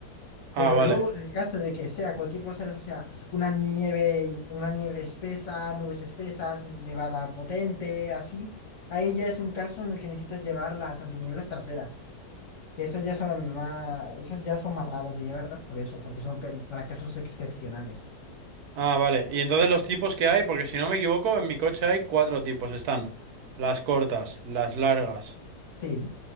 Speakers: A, on the right (about 75°); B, on the left (about 55°).
A: Ah,
B: Pero
A: vale.
B: luego, en el caso de que sea cualquier cosa, o sea, una nieve, in- una nieve espesa, nubes espesas, nevada potente, así, ahí ya es un caso en el que necesitas llevar las antinieblas traseras. Y esas ya son más, esas ya son más raras de llevarlas por eso, porque son ca- para casos excepcionales.
A: Ah, vale. Y entonces los tipos que hay, porque si no me equivoco, en mi coche hay cuatro tipos. Están las cortas, las largas.
B: Sí.